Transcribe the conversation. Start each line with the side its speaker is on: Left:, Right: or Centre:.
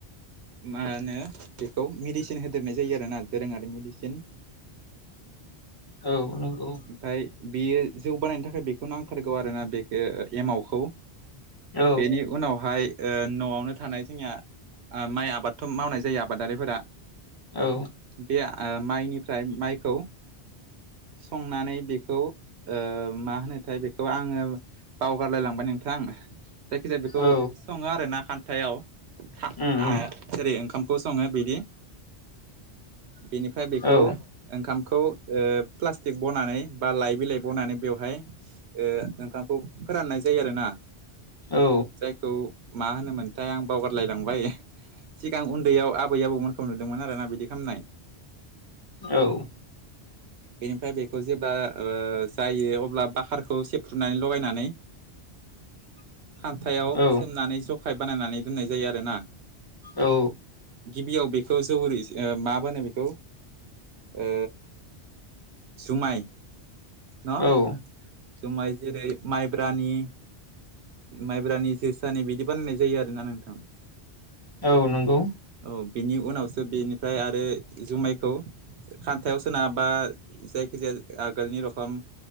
Right: मा होनो बेखौ मिडिसिन होदेरनाय जायो आरोना दोरोङारि मिडिसिन
Left: औ नंगौ
Right: फाय बियो जौ बानायनो थाखाय बेखौ नांथारगौ आरोना बेखौ एमावखौ
Left: औ
Right: बेनि उनावहाय ओ न'आवनो थानाय जोंनिया ओ माइ आबादथ' मावनाय जायो आबादारिफोरा
Left: औ
Right: बे ओ माइनिफ्राय माइखौ संनानै बेखौ ओ मा होनो थाय बेखौ आङो बावगारलाय लांबाय नोंथां जायखिजाया बेखौ
Left: औ
Right: सङो आरोना खान्थायाव खा
Left: उम उम
Right: ओ जेरै ओंखामखौ सङो बिदि बिनिफ्राय बेखौ
Left: औ
Right: ओंखामखौ ओ प्लास्टिक बनानै बा लाइ बिलाइ बनानै बेवहाय ओ ओंखामखौ फोराननाय जायो आरोना
Left: औ
Right: जायखौ मा होनोमोनथाय आं बावगारलायलांबाय सिगां उन्दैयाव आबै-आबौमोनखौ नुदोंमोन आरोना बिदि खामनाय
Left: औ
Right: बेनिफ्राय बेखौ जेब्ला ओ जायो अब्ला बाखारखौ सेफ्र्रुनानै लगायनानै
Left: <inaudible>
Right: खान्थायाव
Left: औ
Right: सोमनानै ज'खाय बानायनानै दोननाय जायो आरोना
Left: औ
Right: गिबियाव बेखौ जौ रिषि ओ मा मोनो बेखौ ओ जुमाय न
Left: औ
Right: जुमाय जेरै माइब्रानि माइब्रानि जोसानि बिदि बानायनाय जायो आरोना नोंथां
Left: औ नंगौ
Right: औ बिनि उनावसो बेनिफ्राय आरो जुमायखौ खान्थायाव सोनाब बा जायखि जाया आगोलनि रख फाम